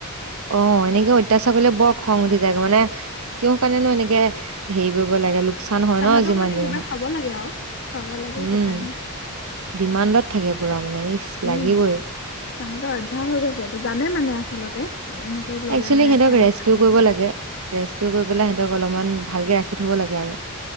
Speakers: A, on the right; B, on the left.
A: অঁ', এনেকে অত্যাচাৰ কৰিলে বৰ খং উঠি যায় গৈ মানে- কিয় কাৰণেনো এনেকে হেৰি কৰিব লাগে। লোকচান হয়
B: তাহাঁতক
A: ন' যিমান
B: মানে
A: যি
B: কিবা
A: নহওঁক,
B: খাব লাগে আৰু খুৱাব লাগে
A: উমঁ।
B: সেইকাৰণে
A: ডিমাণ্ডত থাকে পুৰা মানে ইছ
B: উম
A: লাগিবই।
B: তাহাঁতৰ অভ্যাস হৈ গৈছে এইটো জানে মানে আচলতে এনেকে ল'লে
A: একচুৱেলি
B: মানে
A: সিহঁতক
B: যে আমাক
A: ৰেস্কিউ
B: খাব
A: কৰিব
B: দিব।
A: লাগে ৰেস্কিউ কৰি পেলাই সিহঁতক অলপমান ভালকে ৰাখি থ'ব লাগে আৰু।